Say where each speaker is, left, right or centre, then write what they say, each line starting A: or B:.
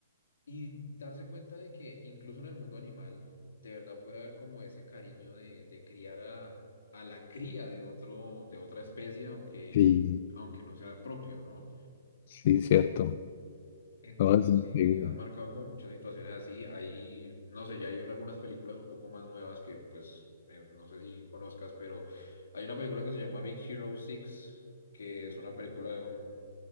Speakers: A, on the left; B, on the left.
A: y darse cuenta de que incluso en el mundo animal, de verdad puede haber como ese cariño de, de criar a, a la cría de otro, de otra especie, aunque,
B: Sí.
A: aunque no sea propio, ¿no?
B: Sí, cierto.
A: Entonces
B: No, es
A: sí
B: increíble.
A: han marcado como muchas situaciones así. Ahí no sé, ya hay un- algunas películas un poco más nuevas que pues eh, no sé si conozcas, pero hay una película que se llama Big Hero 6, que es una película de un,